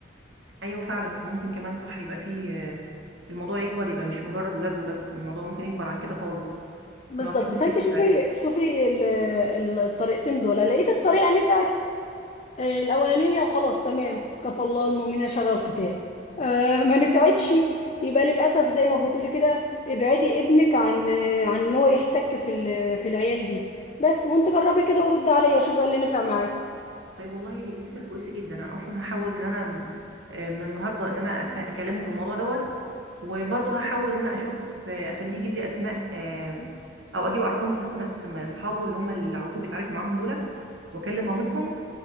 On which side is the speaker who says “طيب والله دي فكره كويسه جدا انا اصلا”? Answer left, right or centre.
Right